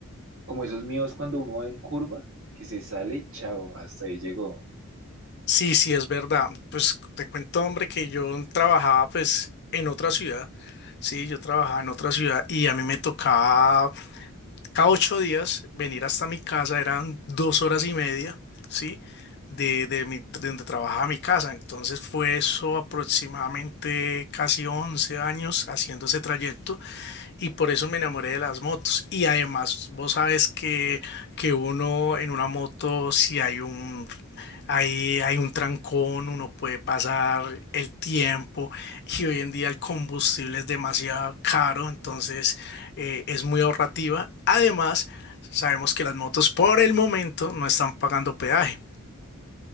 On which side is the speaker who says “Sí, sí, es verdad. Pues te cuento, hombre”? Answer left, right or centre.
Left